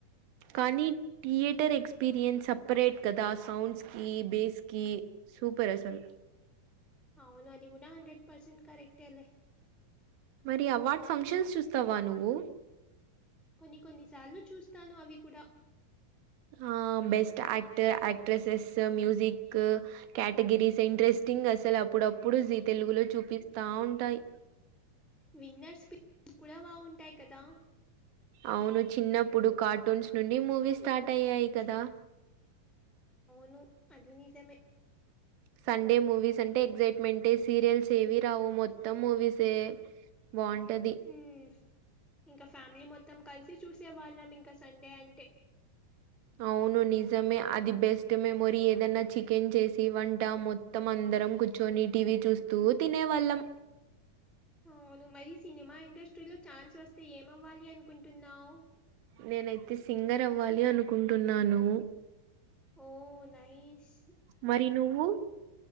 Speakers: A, on the right (about 80°); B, in the centre.
A: కానీ థియేటర్ ఎక్స్పీరియన్స్ సప్రేట్ కదా సౌండ్స్ కి బేస్ కి సూపర్ అసల్
B: హ్మ్, అవును అది కూడ హండ్రెడ్ పర్సెంట్ కరక్టేలే
A: మరి అవార్డ్ ఫంక్షన్స్ చూస్తావ నువ్వు
B: కొన్ని కొన్ని సార్లు చూస్తాను అవి కూడ
A: హా best act actresses music categories interesting అసలు అప్పుడప్పుడు జీ తెలుగులో చూపిస్తా ఉంటాయి
B: విన్నర్స్ పిక్స్ కూడా బాగుంటాయి కదా
A: అవును చిన్నప్పుడు కార్టూన్స్ నుండి మూవీ స్టార్ట్ అయ్యాయి కదా
B: అవును అది నిజమే
A: సండే మూవీస్ అంటే ఎగ్సైట్మెంటే సీరియల్స్ ఏవి రావు మొత్తం మూవీసే బావుంటది
B: ఉమ్ ఇంకా ఫ్యామిలీ మొత్తం కలిసి చూసేవాళ్ళం ఇంక సండే అంటే
A: అవును నిజమే అది బెస్ట్ మెమొరీ ఏదన్న చికెన్ చేసి వంట మొ త్తం అందరం కూచ్చోని టీవీ చూస్తూ తినేవాళ్ళం
B: అవును మరీ సినిమా ఇండస్ట్రీలో ఛాన్స్ వస్తే ఏమ్ అవ్వాలి అనుకుంటున్నావ్
A: నేన్ అయితే సింగర్ అవ్వాలి అనుకుంటున్నాను
B: ఓ నైస్
A: మరి నువ్వు